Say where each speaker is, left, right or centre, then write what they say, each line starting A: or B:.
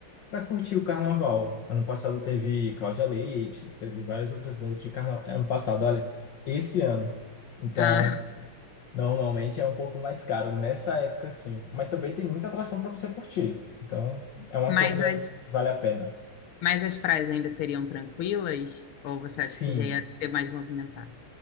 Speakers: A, on the left (about 60°); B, on the left (about 75°).
A: para curtir o carnaval. Ano passado teve Cláudia Leite, teve várias outras bandas de carnaval. Ano passado, olha, esse ano. então
B: Ah,
A: Normalmente é um pouco mais caro nessa época, sim. Mas também tem muita atração para você curtir. Então,
B: <laughs>
A: é uma
B: mas
A: coisa
B: as,
A: que vale a pena.
B: mas as praias ainda seriam tranquilas? Ou você
A: Sim,
B: acha que já ia ser mais movimentado?